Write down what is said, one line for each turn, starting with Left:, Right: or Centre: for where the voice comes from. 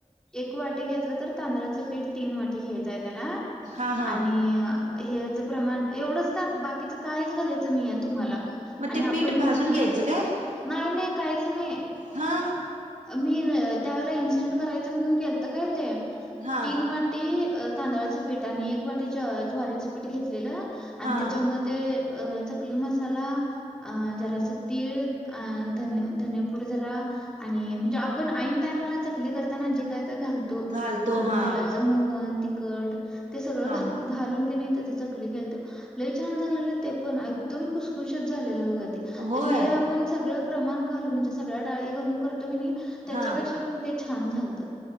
Centre: एक वाटी घेतलं तर तांदळाचं पीठ तीन वाटी घ्यायचंय त्याला
Right: हा हा
Centre: आणि हेचं प्रमाण, एवढंच त्यात, बाकीचं काहीच घालायचं नाहीय तुम्हाला.
Right: मग
Centre: आणि
Right: ते
Centre: आपण,
Right: पीठ भाजून घ्यायचं
Centre: नाही
Right: काय
Centre: नाही काहीच नाही.
Right: हा.
Centre: मी त्यावेळेला इनस्टंट करायचं म्हणून केलतं काय ते,
Right: हा
Centre: तीन वाटी तांदळाचं पीठ आणि एक वाटी ज्वारीचं पीठ घेतलेलं, आणि
Right: हा
Centre: त्याच्यामध्ये ते अ चकली मसाला अ जरासं तीळ अ धन धने पूड जरा आणि मजे आपण एन टाईमाला चकली करताना जे काय काय घालतो,
Right: घालतो
Centre: गरम
Right: हा
Centre: तेलात च मोहन, तिखट ते सगळं
Right: हा
Centre: घ
Right: हा
Centre: घालून त्या चकली केलतो,,, लई छान झालेलं ते पण, एकदम खुसखुशीत झालेल बघा ते
Right: होय
Centre: हे आप आपण सगळं प्रमाण घालून म्हणजे सगळ्या डाळी घालून करतो की नाही, त्याच्यापेक्षा
Right: हा
Centre: पण ते छान झालतं.